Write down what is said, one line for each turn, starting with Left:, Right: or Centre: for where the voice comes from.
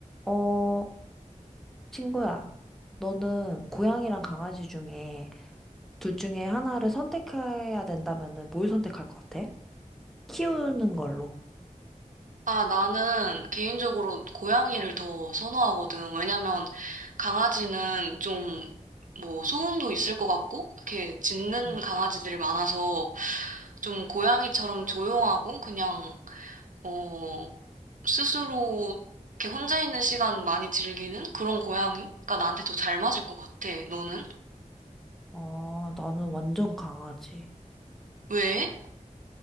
Centre: 어, 친구야, 너는 고양이랑 강아지 중에 둘 중에 하나를 선택해야 된다면은 뭘 선택할 것 같아? 키우는 걸로.
Right: 아, 나는 개인적으로 고양이를 더 선호하거든. 왜냐면 강아지는 좀 뭐 소음도 있을 것 같고, 이렇게 짖는
Centre: 음.
Right: 강아지들이 많아서 좀 고양이처럼 조용하고 그냥, 어, 스스로 이렇게 혼자 있는 시간 많이 즐기는 그런 고양이가 나한테 더 잘 맞을 것 같아. 너는?
Centre: 어, 나는 완전 강아지.
Right: 왜?